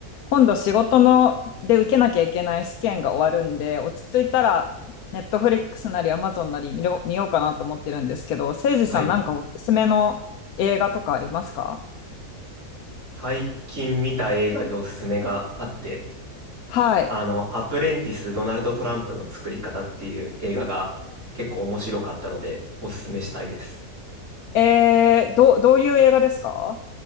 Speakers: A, on the left; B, on the right.
A: 今度仕事ので受けなきゃいけない試験が終わるんで、落ち着いたら、ネットフリックスなりアマゾンなり見ろ見ようかなと思ってるんですけど、せいじさんなんかおすすめの映画とかありますか
B: はい。最近見た映画でおすすめがあって、
A: はい。
B: あの、アプレンティス・ドナルド・トランプの作り方っていう映画が結構面白かったのでおすすめしたいです。
A: えー、どう、どういう映画ですか